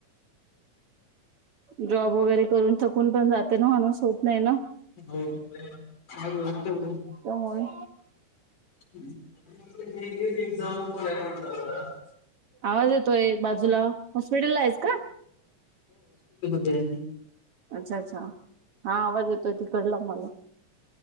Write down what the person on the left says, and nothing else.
हो
गेटिव एझाम पता
ते